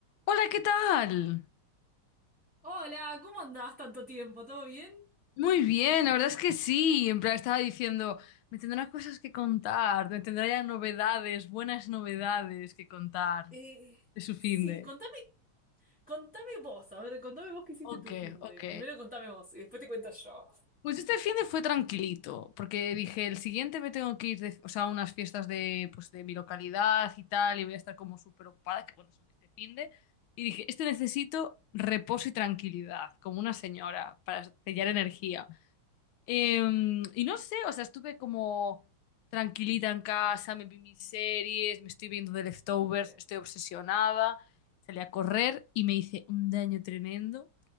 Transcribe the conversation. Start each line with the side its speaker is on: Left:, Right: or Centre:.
Left: Hola, ¿qué tal?
Centre: Hola, ¿cómo andás tanto tiempo? ¿Todo bien?
Left: Muy bien, la verdad es que sí. En plan, estaba diciendo, me tendrán cosas que contar, me tendrá ya novedades, buenas novedades que contar
Centre: Eh,
Left: de su finde.
Centre: sí, Contame, contame vos, a ver, contame vos qué hiciste
Left: Ok,
Centre: tu finde.
Left: ok.
Centre: Primero contame vos y después te cuento yo.
Left: Pues este finde fue tranquilito, porque dije, el siguiente me tengo que ir de- o sea, a unas fiestas de, pues, de mi localidad y tal, y voy a estar como súper ocupada, que bueno, son este finde. Y dije, este necesito reposo y tranquilidad, como una señora, para sellar energía. Em, y no sé, o sea, estuve como tranquilita en casa, me vi mis series, me estoy viendo The Leftovers,
Centre: muy bien.
Left: estoy obsesionada, salí a correr y me hice un daño tremendo.